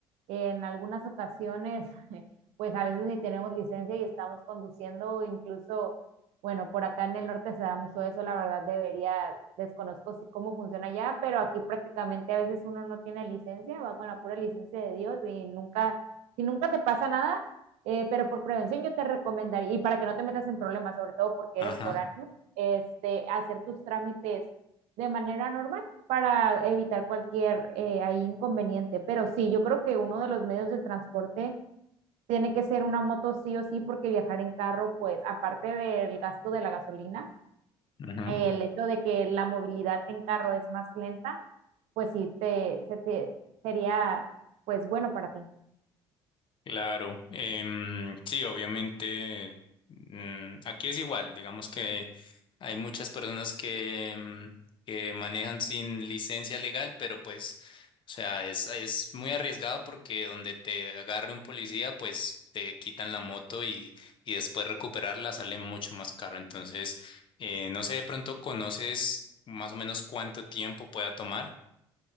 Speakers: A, on the right; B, on the left.
A: en algunas ocasiones, <laughs> pues a veces ni tenemos licencia y estamos conduciendo, o incluso, bueno, por acá en el norte se da mucho eso, la verdad debería, desconozco si- cómo funciona allá, pero aquí prácticamente a veces uno no tiene licencia, va con la pura licencia de Dios y nunca, si nunca te pasa nada eh, pero por prevención yo te recomendaría, y para que no te metas en problemas, sobre todo porque
B: Ajá,
A: eres foráneo, este, hacer tus trámites de manera normal para evitar cualquier eh, ahí inconveniente. Pero sí, yo creo que uno de los medios de transporte tiene que ser una moto sí o sí, porque viajar en carro, pues aparte del gasto de la gasolina,
B: ajá.
A: eh, el hecho de que la movilidad en carro es más lenta, pues sí, te, se te, sería pues bueno para ti.
B: Claro. Em, sí, obviamente, mm, aquí es igual, digamos que hay muchas personas que, em, que manejan sin licencia legal, pero pues, o sea, es, es muy arriesgado porque donde te agarre un policía, pues te quitan la moto y, y después recuperarla sale mucho más caro. Entonces, eh, no sé, de pronto conoces más o menos cuánto tiempo pueda tomar.